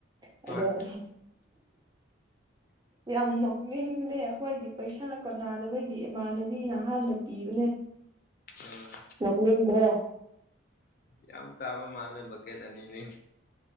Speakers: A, on the right; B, on the left.
A: ꯑꯗꯣ
B: ꯍꯣꯏ
A: ꯌꯥꯝ ꯅꯣꯛꯅꯤꯡꯕꯅꯦ ꯑꯩꯈꯣꯏꯒꯤ ꯄꯩꯁꯥ ꯀꯣꯟꯅꯗꯕꯒꯤ ꯏꯃꯥꯟꯅꯕꯤꯅ ꯍꯥꯟꯅ ꯄꯤꯕꯅꯦ
B: ꯎꯝ
A: ꯅꯣꯛꯅꯤꯡꯕꯔꯣ
B: ꯌꯥꯝ ꯆꯥꯕ ꯃꯥꯜꯂꯦ ꯕꯛꯀꯦꯠ ꯑꯅꯤꯅꯤ